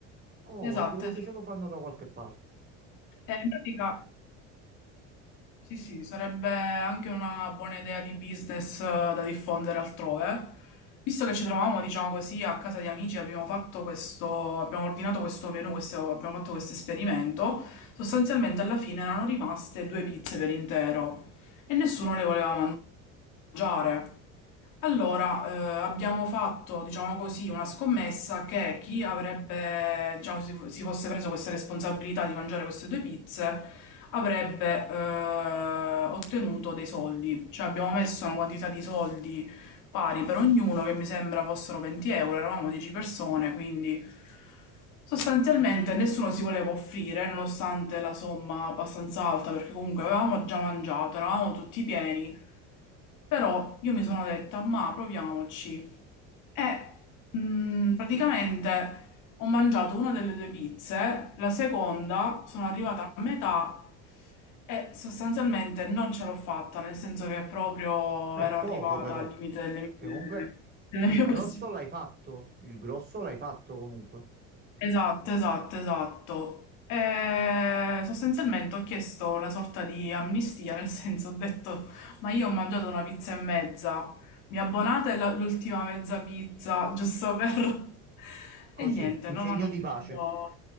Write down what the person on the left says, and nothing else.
esatto,
esatto.
E in pratica, sì, sì, sarebbe anche una buona idea di business eh, da diffondere altrove. Visto che ci trovavamo, diciamo così, a casa di amici, abbiamo fatto questo, abbiamo ordinato questo menù, questo- abbiamo fatto questo esperimento. Sostanzialmente alla fine erano rimaste due pizze per intero e nessuno le voleva mangiare. Allora, eh, abbiamo fatto, diciamo così, una scommessa che chi avrebbe, diciamo, si, si fosse preso questa responsabilità di mangiare queste due pizze avrebbe eh, ottenuto dei soldi. Cioè abbiamo messo una quantità di soldi pari per ognuno, che mi sembra fossero 20 euro, eravamo 10 persone, quindi sostanzialmente nessuno si voleva offrire, nonostante la somma abbastanza alta, perché comunque avevamo già mangiato, eravamo tutti pieni. Però io mi sono detta, ma proviamoci. E mm, praticamente ho mangiato una delle due pizze, la seconda sono arrivata a metà e sostanzialmente non ce l'ho fatta, nel senso che proprio
ero
arrivata
al limite delle
mie,
delle
mie
possibilità.
Esatto, esatto, esatto. E sostanzialmente ho chiesto una sorta di amnistia, nel senso ho detto, ma io ho mangiato una pizza e mezza, mi abbonate la- l'ultima mezza pizza, giusto per... <laughs>
E niente,
non
hanno
voluto...